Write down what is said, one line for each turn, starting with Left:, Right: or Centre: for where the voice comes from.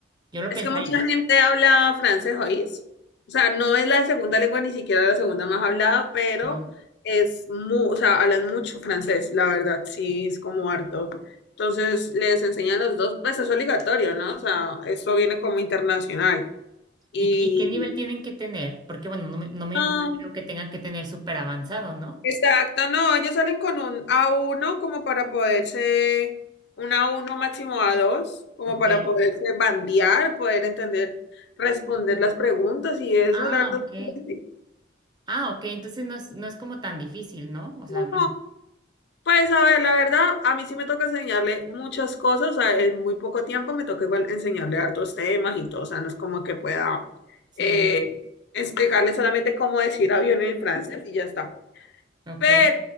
Right: yo lo
Left: Es
Right: pensaría.
Left: que mucha gente habla francés, ¿oís? O sea, no es la segunda lengua, ni siquiera la segunda más hablada, pero
Right: No.
Left: es mu, o sea, hablan mucho francés, la verdad, sí, es como harto. Entonces, les enseñan los dos, pues es obligatorio, ¿no? O sea, eso viene como internacional. Y,
Right: ¿Y, y qué nivel tienen que tener? Porque, bueno, no me, no me
Left: ah,
Right: no creo que tengan que tener súper avanzado, ¿no?
Left: Exacto, no, ellos salen con un a uno como para poderse, un a uno máximo a dos, como
Right: Ok.
Left: para poderse bandear, poder entender, responder las preguntas y eso,
Right: Ah,
Left: la verdad.
Right: ok.
Left: es
Right: Ah, ok. Entonces no es, no es como tan difícil, ¿no? O sea,
Left: No,
Right: bueno,
Left: pues a ver, la verdad, a mí sí me toca enseñarle muchas cosas, o sea, en muy poco tiempo me toca igual enseñarle hartos temas y todo, o sea, no es como que pueda
Right: sí.
Left: eh, explicarle solamente cómo decir avión en francés y ya está.
Right: Ok,
Left: Pero